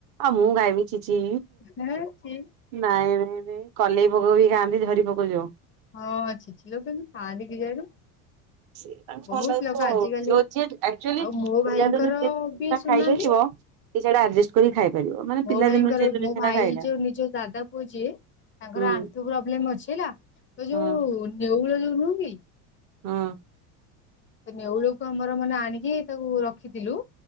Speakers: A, on the right; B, on the left.
A: ଆ ମୁଁ ଖାଇବି ଛି ଛି
B: ହଁ ଛି
A: ନାଇଁ ନାଇଁ ନାଇଁ। କଲେଇ ପୋକ ବି ଖାଆନ୍ତି ଝରି ପୋକ ଯଉ।
B: ହଁ ଛି ଛି ଲୋ କେମିତି ଖାଆନ୍ତି କେଜାଣି?
A: ସେ ତାଙ୍କୁ
B: ବହୁତ
A: ଭଲ ଲାଗୁଥିବ
B: ଲୋକ
A: ଆଉ
B: ଆଜିକାଲି
A: ଯୋଉ ଯିଏ ଆକ୍ଚୁଆଲି
B: ଆଉ ମୋ
A: ପିଲାଦିନୁ
B: ଭାଇଙ୍କର
A: ଯିଏ ଯୋଉ ଜିନିଷ
B: ବି
A: ଟା
B: ସୁୁନାହାନ୍ତି
A: ଖାଇଯାଇଥିବ ସେ ସେଇଟା ଆଡଜଷ୍ଟ କରିକି ଖାଇପାରିବ ମାନେ
B: ମୋ
A: ପିଲାଦିନରୁ
B: ଭାଇଙ୍କର
A: ଯିଏ ଯୋଉ
B: ମୋ
A: ଜିନିଷଟା
B: ଭାଇ
A: ଖାଇଲା
B: ଯୋଉ ନିଜ ଦାଦା ପୁଅ ଯିଏ ତାଙ୍କର
A: ହୁଁ
B: ଆଣ୍ଠୁ ପ୍ରବ୍ଲେମ୍ ଅଛି ହେଲା ତ
A: ହୁଁ
B: ଯୋଉ ନେଉଳ ଯୋଉ ନୁହଁ କି?
A: ହଁ।
B: ତ ନେଉଳକୁ ଆମର ମାନେ ଆଣିକି ତାକୁ ରଖିଥିଲୁ